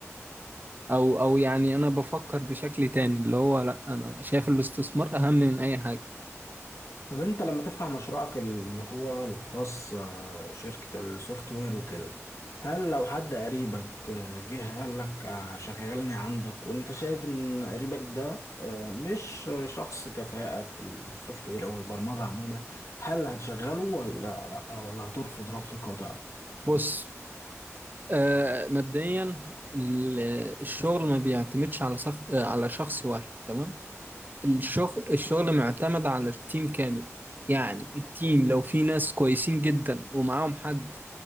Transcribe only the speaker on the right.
آه، او او يعني انا بفكر بشكل تاني اللي هو لا انا شايف الاستثمار اهم من اي حاجة
بص آه مبدئيا ال- الشغل ما بيعتمدش على صخ... على شخص واحد تمام الشغل الشغل معتمد على التيم كامل يعني التيم لو في ناس كويسين جدا ومعاهم حد